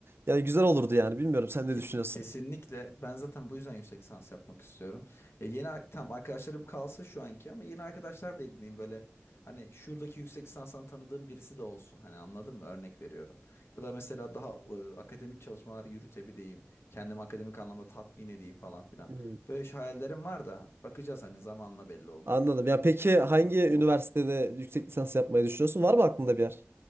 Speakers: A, on the right; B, on the left.
A: yani güzel olurdu yani. Bilmiyorum sen ne
B: Ke-
A: düşünüyorsun?
B: Kesinlikle ben zaten bu yüzden yüksek lisans yapmak istiyorum. Ya yeni ar- tam arkadaşlarım kalsın şu anki ama yeni arkadaşlar da edineyim böyle. Hani şuradaki yüksek lisanstan tanıdığım birisi de olsun. Hani anladın mı? Örnek veriyorum. Ya da mesela daha e, akademik çalışmalar yürütebileyim. Kendimi akademik anlamda tatmin edeyim falan filan.
A: Hmm.
B: Böyle şey hayallerim var da bakacağız hani zamanla belli olur.
A: Anladım. Ya peki hangi
B: Hmm.
A: üniversitede yüksek lisans yapmayı düşünüyorsun? Var mı aklında bir yer?